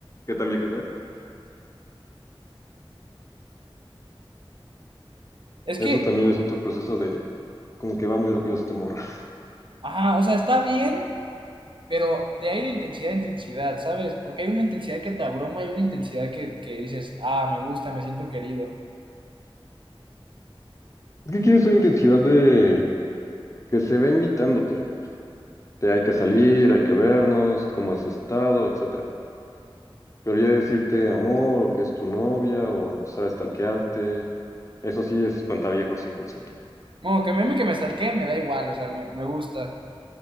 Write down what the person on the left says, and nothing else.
qué tan viejo sea.
Eso
también es otro proceso de, como que va muy rápido este morro. <laughs>
¿Qué quieres una intensidad de que se vea invitándote? Te hay que salir, hay que vernos, cómo has estado, etcétera. Pero ya decirte amor, o que es tu novia, o empezar a stalkearte, eso sí es espantaviejo 100%.